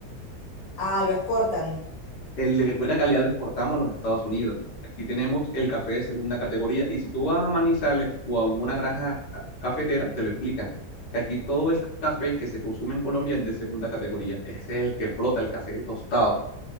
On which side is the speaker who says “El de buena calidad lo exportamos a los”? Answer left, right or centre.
Left